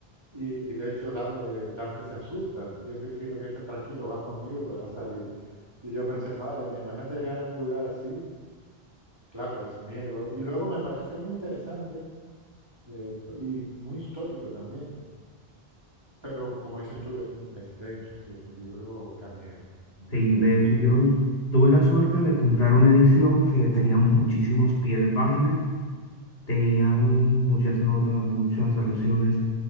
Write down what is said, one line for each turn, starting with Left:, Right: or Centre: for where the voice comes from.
Right: Y, y de hecho Dan- eh, Dante se asusta, y es Virgilio que dice, tranquilo, vas conmigo y podrás salir. Y yo pensé, madre mía, imagínate llegar a un lugar así, claro, es miedo. Y luego me pareció muy interesante eh, y muy histórico también, pero como dices tú, es, es denso, sí, es un libro cañero, es un
Left: sí,
Right: libro
Left: de hecho yo
Right: denso.
Left: tuve la suerte de comprar una edición que tenía muchísimos pies de páginas, tenían muchas notas, muchas alusiones,